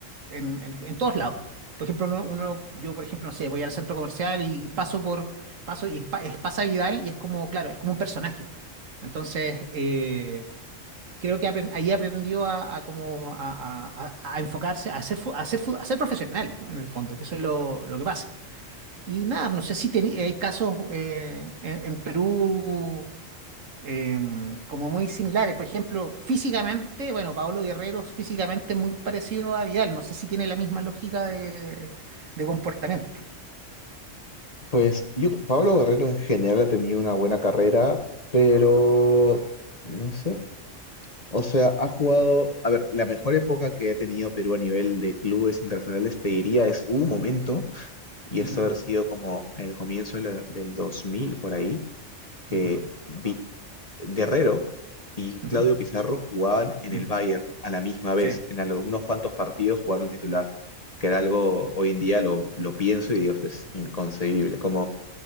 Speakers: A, on the right; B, on the left.
A: en, en- en todos lados. Por ejemplo, uno, uno- yo por ejemplo, no sé, voy al centro comercial y paso por, paso y es, pa- es- pasa Vidal y es como, claro, es como un personaje. Entonces, eh, creo que apren- ahí aprendió a, a como a, a- a- a enfocarse, a ser, fu- a ser, fu- a ser profesional, ¿no? En el fondo, que eso es lo, lo que pasa. Y nada, no sé si teni- hay casos eh, en, en Perú em, como muy similares. Por ejemplo, físicamente, bueno, Paolo Guerrero es físicamente es muy parecido a Vidal. No sé si tiene la misma lógica de, de comportamiento.
B: Pues yo, Pablo Guerrero en general ha tenido una buena carrera, pero... No sé, O sea, ha jugado, a ver, la mejor época que ha tenido Perú a nivel de clubes internacionales, te diría, es un momento, y
A: Ujú,
B: esto haber sido como el comienzo de la- del 2000 por ahí, que
A: ujú,
B: Vi- Guerrero y
A: ujú,
B: Claudio Pizarro jugaban en
A: mm,
B: el Bayern a la misma vez,
A: Sí.
B: en algunos cuantos partidos jugaron titular, que era algo, hoy en día lo, lo pienso y digo, esto es inconcebible, cómo